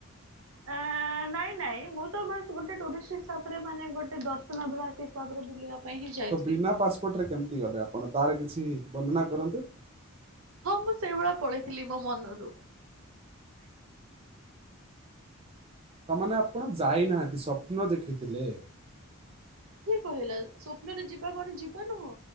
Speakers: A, on the right; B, on the right.
A: ଆଁ ଆଁ ନାଇଁ ନାଇଁ ମୁଁ ତ ବାସ୍ ଗୋଟେ ଟୁରିଷ୍ଟ୍ ହିସାବରେ ମାନେ ଗୋଟେ ଦର୍ଶନଭଳାସୀ ହିସାବରେ ବୁଲିବା ପାଇଁ ହିଁ ଯାଇଥିଲି
B: ତ ବିନା ପାସପୋର୍ଟରେ କେମିତି ଗଲେ ଆପଣ ତାର କିଛି ବର୍ଣ୍ଣନା କରନ୍ତୁ।
A: ହଁ ମୁଁ ସେଇ ଭଳିଆ ପଳେଇଥିଲି ମୋ ମନରୁ।
B: ତା ମାନେ ଆପଣ ଯାଇନାହାନ୍ତି ସ୍ୱପ୍ନ ଦେଖିଥିଲେ।
A: କିଏ କହିଲା ସ୍ଵପ୍ନରେ ଯିବା କଣ ଯିବା ନୁହଁ?